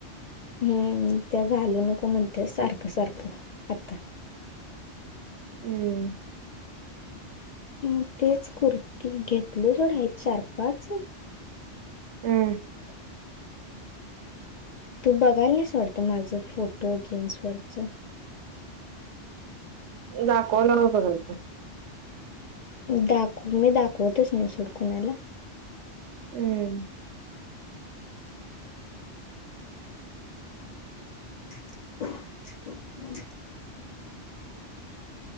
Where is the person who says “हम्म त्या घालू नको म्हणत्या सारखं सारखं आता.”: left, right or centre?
Left